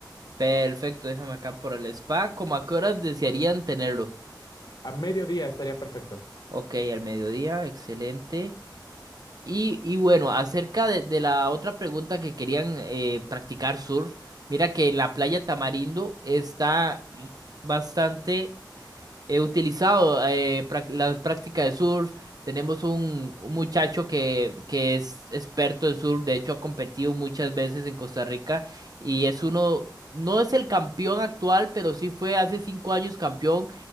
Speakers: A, on the right; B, on the left.
A: Perfecto, déjame acá por el spa. ¿Cómo a qué horas desearían tenerlo?
B: A mediodía estaría perfecto.
A: Ok, al mediodía, excelente. Y, y bueno, acerca de, de la otra pregunta que querían eh, practicar surf, mira que en la playa Tamarindo está mm, bastante... He utilizado eh, prac- la práctica de surf. Tenemos un, un muchacho que, que es experto en surf. De hecho, ha competido muchas veces en Costa Rica. Y es uno, no es el campeón actual, pero sí fue hace cinco años campeón